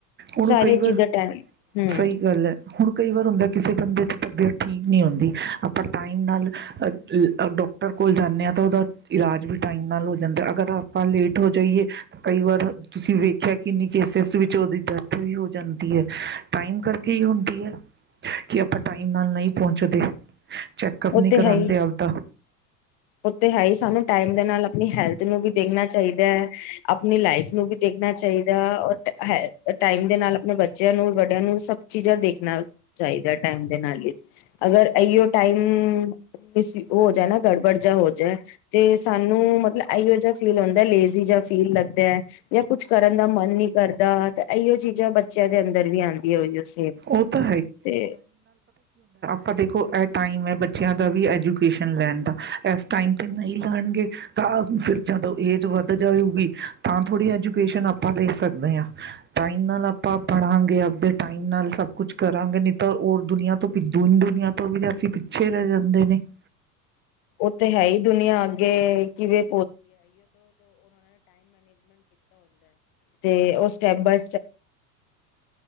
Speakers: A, on the right; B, on the left.
A: ਹੁਣ
B: ਸਾਰੀਆਂ
A: ਕਈ ਵਾਰ
B: ਚੀਜ਼ਾਂ ਟਾਈਮ ਹਮ
A: ਸਹੀ ਗੱਲ ਐ ਹੁਣ ਕਈ ਵਾਰ ਹੁੰਦਾ ਕਿਸੇ ਬੰਦੇ ਦੀ ਤਬੀਅਤ ਠੀਕ ਨਹੀਂ ਹੁੰਂਦੀ ਆਪਾਂ ਟਾਈਮ ਨਾਲ ਡਾਕਟਰ ਕੋਲ ਜਾਂਦੇ ਹਾਂ ਤਾਂ ਉਹਦਾ ਇਲਾਜ ਵੀ ਟਾਈਮ ਨਾਲ ਹੋ ਜਾਂਦਾ ਅਗਰ ਆਪਾਂ ਲੇਟ ਹੋ ਜਾਈਏ ਕਈ ਵਾਰ ਤੁਸੀਂ ਵੇਖਿਆ ਕਿੰਨੀ ਕੇਸਿਸ ਵਿੱਚ ਉਹਦੀ ਡੈਥ ਵੀ ਹੋ ਜਾਂਦੀ ਹੈ ਟਾਈਮ ਕਰਕੇ ਹੀ ਹੁੰਦੀ ਹੈ ਕਿ ਆਪਾਂ ਟਾਈਮ ਨਾਲ ਨਹੀਂ ਪਹੁੰਚਦੇ। ਚੈੱਕਅਪ
B: ਉਹ
A: ਨਹੀਂ
B: ਤੇ
A: ਕਰਾਂਦੇ
B: ਹੈ ਹੀ
A: ਅਪਦਾ
B: ਉਹ ਤੇ ਹੈ ਹੀ। ਸਾਨੂੰ ਟਾਈਮ ਦੇ ਨਾਲ ਆਪਣੀ ਹੈਲਥ ਨੂੰ ਵੀ ਦੇਖਣਾ ਚਾਹੀਦਾ ਹੈ। ਆਪਣੀ ਲਾਈਫ ਨੂੰ ਵੀ ਦੇਖਣਾ ਚਾਹੀਦਾ। ਔਰ ਹੈ। ਟਾਈਮ ਦੇ ਨਾਲ ਆਪਣੇ ਬੱਚੇ <unintelligible> ਬੱਚਿਆਂ ਨੂੰ, ਵੱਡਿਆਂ ਨੂੰ, ਸਭ ਚੀਜ਼ਾਂ ਦੇਖਣਾ ਚਾਹੀਦਾ ਟਾਈਮ ਦੇ ਨਾਲ ਹੀ। <unintelligible> ਅਗਰ <unintelligible> ਉਹ ਹੋ ਜਾਏ ਨਾ ਗੜਬੜ <unintelligible> ਤੇ ਹੋ ਜਾਏ ਤੇ ਸਾਨੂੰ ਮਤਲਬ ਇਹੋ ਜਿਹਾ <unintelligible> ਫੀਲ ਹੁੰਦਾ। ਲੇਜ਼ੀ ਜਾ ਫੀਲ ਲੱਗਦਾ ਐ ਜਾਂ ਕੁਛ ਕਰਨ ਦਾ ਮਨ ਨੀ ਕਰਦਾ ਤੇ ਐਹੀਓ ਚੀਜ਼ਾਂ ਬੱਚਿਆਂ ਦੇ ਅੰਦਰ ਵੀ ਆਉਂਦੀਆਂ। ਉਹੀਓ ਸੇਮ
A: ਉਹ ਤਾਂ
B: ਤੇ
A: ਪਰ ਦੇਖੋ ਇਹ ਟਾਈਮ ਹੈ ਬੱਚਿਆਂ ਦਾ ਵੀ ਐਜੂਕੇਸ਼ਨ ਲੈਣ ਦਾ। ਇਸ ਟਾਈਮ ਤੇ ਨਹੀਂ ਲੈਣਗੇ, ਤਾਂ ਫਿਰ ਜਦੋਂ ਏਜ ਵੱਧ ਜਾਊਗੀ ਤਾਂ ਥੋੜ੍ਹੀ ਐਜੂ <unintelligible> ਟਿਊਸ਼ਨ ਆਪਾ ਦੇ ਸਕਦੇ ਹਾਂ। ਟਾਈਮ ਨਾਲ ਆਪਾਂ ਪੜਾਂਗੇ। ਆਪਦੇ ਟਾਈਮ ਨਾਲ ਸਭ ਕੁਛ ਕਰਾਂਗੇ। ਨਹੀਂ ਤਾਂ, ਉਹ ਦੁਨੀਆਂ ਤੋਂ ਦੀਨ ਦੁਨੀਆਂ ਤੋਂ ਵੀ ਅਸੀ ਪਿੱਛੇ ਰਹਿ ਜਾਂਦੇ ਨੇ। <unintelligible>
B: ਉਹ ਤੇ ਹੈ ਹੀ ਦੁਨੀਆਂ ਅੱਗੇ ਕਿਵੇਂ ਤੇ ਹੈ ਹੀ ਸਟੈਪ ਬਾਏ